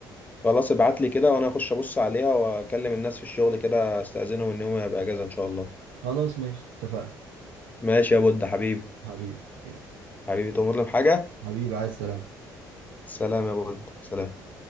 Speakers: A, on the left; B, on the right.
A: خلاص ابعت لي كده وانا اخش ابص عليها واكلم الناس في الشغل كده استاذنهم ان هم يبقى اجازه ان شاء الله
B: خلاص ماشي اتفقنا
A: ماشي يا بود حبيبي
B: حبيبي يلا.
A: حبيبي تؤمرني بحاجه
B: حبيبي عايز سلام
A: سلام يا بود سلام